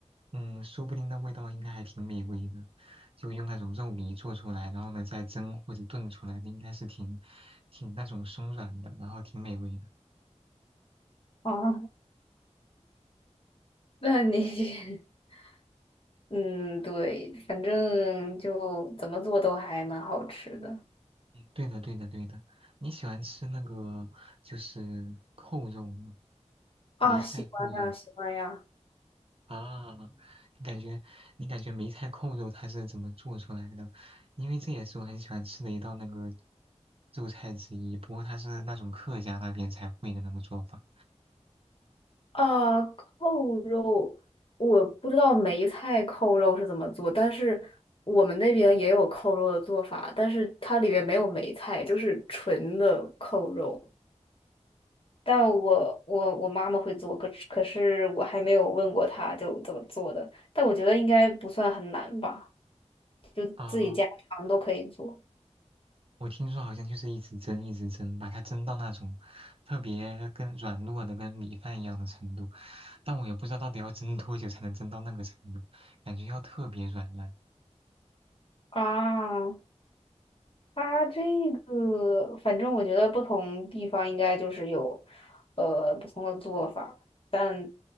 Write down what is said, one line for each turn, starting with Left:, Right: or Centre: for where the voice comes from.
Right: 嗯，说不定那味道应该还挺美味的。就用那种肉糜做出来，然后呢再蒸或者炖出来的，应该是挺挺那种松软的，然后挺美味的。
Left: 啊。那你 <laughs> 嗯，对，反正就怎么做都还蛮好吃的。
Right: 对的，对的，对的。你喜欢吃那个就是扣肉吗？
Left: 啊，
Right: 梅菜扣肉。
Left: 喜欢呀，喜欢呀。
Right: 啊，你感觉你感觉梅菜扣肉它是怎么做出来的？因为这也是我很喜欢吃的一道那个肉菜之一，不过它是那种客家那边才会的那个做法。
Left: 啊，扣肉，我不知道梅菜扣肉是怎么做，但是我们那边也有扣肉的做法，但是它里面没有梅菜，就是纯的扣肉。但我我我妈妈会做，可是可是我还没有问过她就怎么做的，但我觉得应该不算很难吧，就自己家常都可以做
Right: 啊，我听说好像就是一直蒸，一直蒸，把它蒸到那种特别跟软糯的跟米饭一样的程度，但我也不知道到底要蒸多久才能蒸到那个程度，感觉要特别软烂。
Left: 啊。它这个，反正我觉得不同地方应该就是有，呃，不同的做法，但